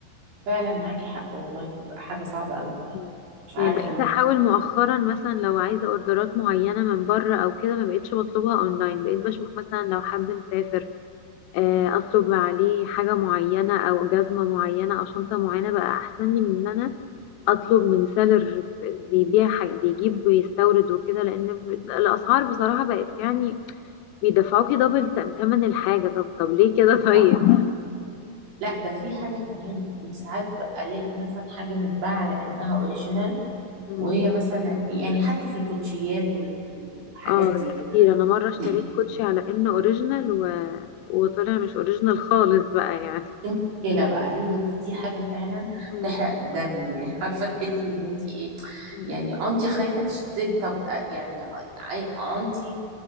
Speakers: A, on the right (about 55°); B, on the left (about 85°).
A: فعلا معاكي حق والله بتبقى حاجة صعبة قوي يعني
B: مم.
A: مش عارفة
B: يعني بقيت
A: ليه
B: احاول مؤخرا مثلا لو عايزة اوردرات معينة من بره او كده ما بقيتش بطلبها اونلاين بقيت بشوف مثلا لو حد مسافر آه، اطلب عليه حاجة معينة او جزمة معينة او شنطة معينة بقى احسن لي من ان انا اطلب من سيلر بيبيع حاج- بيجيب ويستورد وكده لان ب- الاسعار بصراحه بقت يعني بيدفعوكي دبل تمن الحاجه طب طب ليه كده <laughs> طيب
A: صح
B: يعني
A: لا ده في حاجة كمان انت ساعات بقى الاقي مثلا حاجة متباعة على انها اوريجينال
B: مم.
A: وهي مثلا يعني حتى في الكوتشيات والحاجات
B: اه
A: دي
B: ده كتير انا مره اشتريت
A: دي
B: كوتشي على انه اوريجينال و... وطلع مش اوريجينال خالص بقى يعني
A: مشكلة بقى هي دي حاجة فعلا
B: مم.
A: تحرق الدم يعني <laughs> عارفة تحسي ان انت ايه
B: مم.
A: يعني انت خايفة تشتري طب آه، يعني انت